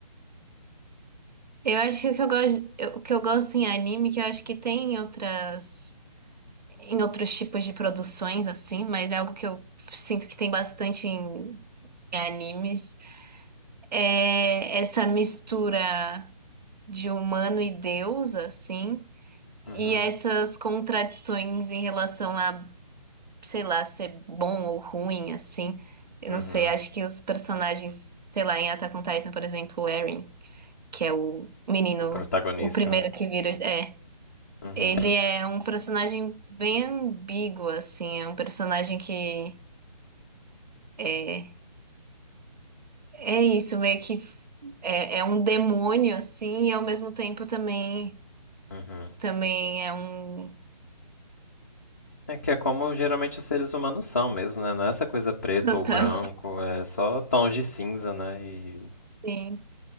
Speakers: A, on the right (about 90°); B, on the left (about 25°).
A: Eu acho que o que eu gosto, eu- o que eu gosto em anime, que eu acho que tem em outras, em outros tipos de produções, assim, mas é algo que eu sinto que tem bastante em em animes. é essa mistura de humano e deus, assim, e
B: uhum,
A: essas contradições em relação a, sei lá, ser bom ou ruim, assim. Eu
B: uhum.
A: não sei, acho que os personagens, sei lá, em Attack on Titan, por exemplo, o Eren, que é o menino,
B: O protagonista.
A: o primeiro que vira, é,
B: Uhum,
A: ele é um personagem bem ambíguo, assim, é um personagem que é, é isso, meio que é, é um demônio, assim, e ao mesmo tempo também
B: uhum.
A: também é um.
B: É que é como geralmente os seres humanos são mesmo, né? Não é essa coisa preto
A: Total.
B: ou branco, é só tons de cinza, né? E
A: Sim.